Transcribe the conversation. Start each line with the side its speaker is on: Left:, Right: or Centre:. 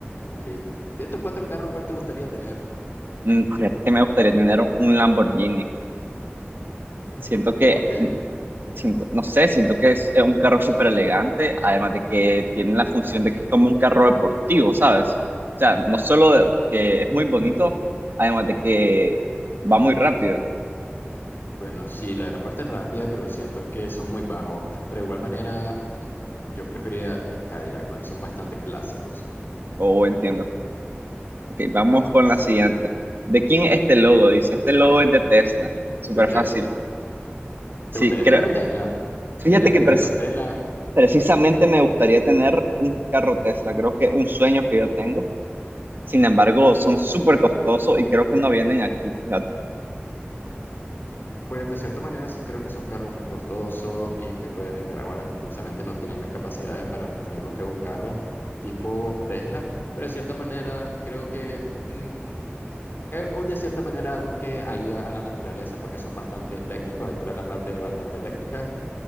Left: Listo. De estos cuatro carros, ¿cuál te gustaría tener?
Right: Mm, fíjate que me gustaría tener un Lamborghini. Siento que
Left: ¿Por qué?
Right: siento, no sé, siento que es eh, un carro súper elegante, además de que tiene la función de que es como un carro deportivo, ¿sabes? O sea, no solo de- que es muy bonito, además de que va muy rápido,
Left: Bueno, sí, la de la parte rápida, pero siento que son muy bajos. Pero de igual manera, mm, yo preferiría un Cadillac porque son bastante clásicos.
Right: o entiendo. Ok, vamos
Left: Vamos,
Right: con la siguiente.
Left: es
Right: ¿De quién es este logo? Dice, este logo es de Tesla, súper
Left: de Tesla.
Right: fácil. Sí,
Left: ¿Te gustaría
Right: creo,
Left: tener un Tesla?
Right: fíjate
Left: Eh, la camioneta
Right: que pres-
Left: Tesla,
Right: precisamente me gustaría tener un carro Tesla, creo que es un sueño que yo tengo. Sin embargo, son súper costosos y creo que no vienen aquí, fíjate.
Left: pues de cierta manera sí creo que es un carro muy costoso y que pues Nicaragua lastimosamente no tiene las capacidades para tener lo que es un carro tipo Tesla, pero de cierta manera creo que mm, eh, o de cierta manera algo que ayuda a la naturaleza porque son bastante eléctricos, ahí trae la parte bastante eléctrica